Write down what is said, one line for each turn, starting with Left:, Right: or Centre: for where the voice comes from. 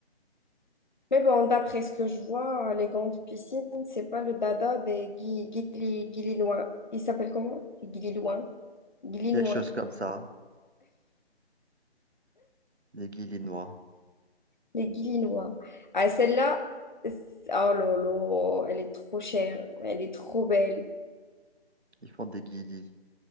Left: Mais bon, d'après ce que je vois, les grandes piscines, c'est pas le dada des Gui- Guili- Guilinois. Ils s'appellent comment? Les Guilinois. Guilinois.
Right: Quelque chose comme ça. Les Guilinois.
Left: Les Guilinois. Ah, celle-là, c'est- oh lolo, elle est trop chère, mais elle est trop belle.
Right: Ils font des guilis.